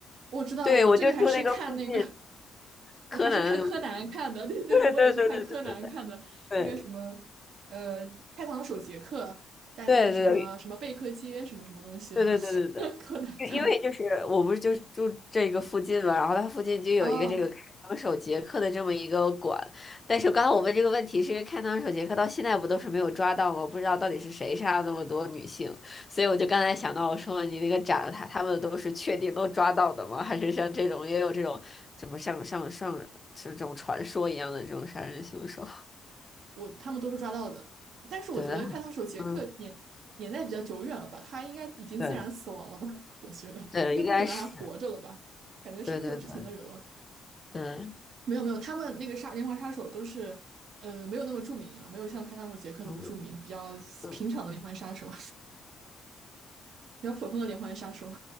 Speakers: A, on the right; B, on the left.
A: 我知道，
B: 对，
A: 我这个还是看那个，
B: 我就住那个附近，柯南，
A: 我还是看柯南看的，对对对，
B: <laughs> 对对对对对对对。
A: 我也是看柯南看的，
B: 对
A: 那个什么，呃，开膛手杰克在那个什么什么贝克街什么什么东西啊，
B: 对对对对对对对对，
A: <laughs> 柯南看的，
B: 因因为就是我不是就住这个附近嘛，然后它附近就有一个这个开膛手杰克的这么一个馆，
A: 哦。
B: 但是刚才我问这个问题，是因为开膛手杰克到现在不都是没有抓到吗？不知道到底是谁杀了那么多女性，所以我就刚才想到，我说你那个展，他他们都是确定都抓到的吗？还是像这种也有这种怎么像像像这种传说一样的这种杀人凶手
A: 我他们都是抓到的。
B: <laughs>？
A: 但是我觉得开膛手杰克年年代比较久远了吧，
B: 对的，嗯，
A: 他应该已经自然死亡了吧？
B: 对
A: <laughs> 我觉得应该不可能还活着了吧？
B: 对，应该是，
A: 感觉是很久之前的人了。
B: 对对对对，
A: 没有没有，他们那个杀连环杀手都是，呃，没有那么著名啊，没有像开膛手杰克那么著名，
B: 嗯。
A: 比较平常的连环杀手，
B: 嗯
A: <laughs> 比较普通的连环杀手。